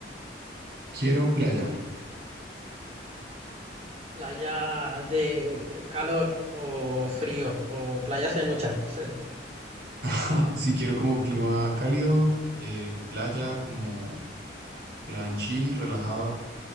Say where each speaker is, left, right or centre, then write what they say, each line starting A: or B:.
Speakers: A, on the right (about 65°); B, on the right (about 35°).
A: Quiero playa,
B: Playa de c- calor o frío o playas hay muchas. <laughs>
A: <laughs> sí quiero como clima cálido, eh, playa, como plan chill, relajado.